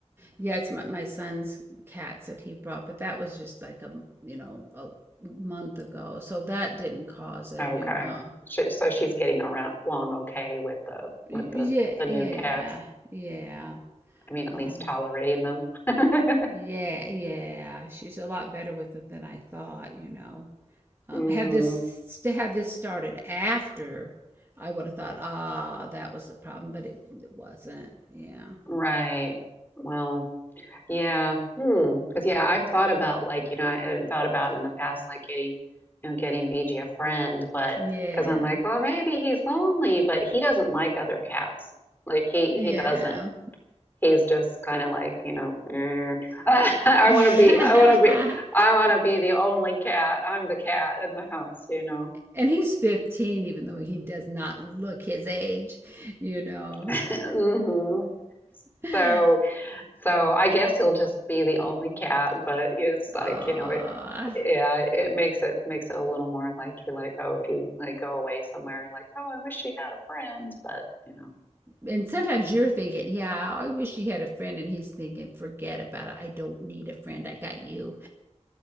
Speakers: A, on the right; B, on the left.
A: yeah it's my my son's cats that he brought but that was just like a you know a month ago so that didn't cause it
B: okay.
A: you know
B: She, so she's getting around along okay with the
A: yeah
B: with the the
A: yeah
B: new cats.
A: yeah
B: I mean, at
A: um
B: least tolerating them. <laughs>
A: yeah yeah she's a lot better with it than I thought you know Um,
B: Mm-hmm.
A: had this had this started after, I would have thought, ah, that was the problem, but it, it wasn't. Yeah,
B: Right. Well. Yeah. Hmm. Because yeah, I've thought about like, you know, I- I've thought about in the past like getting, you know, getting B G a friend, but
A: yeah,
B: because I'm like, oh, maybe he's lonely, but he doesn't like other cats. Like he
A: yeah.
B: he doesn't. He's just kind of like, you know, "Eh, <laughs> I
A: <laughs> and
B: want to be, I want to be, I want to be the only cat. I'm the cat in the house, you know.
A: he's 15, even though he does not look his age, you know.
B: <laughs> hmm
A: <laughs>
B: So So I guess he'll just be the only cat, but it's like,
A: Aw.
B: you know, it yeah, it makes it makes it a little more like you're like, oh, if you like go away somewhere, you're like, oh, I wish she had a friend, but you know.
A: And sometimes you're thinking, yeah, I wish he had a friend, and he's thinking, forget about it. I don't need a friend. I got you.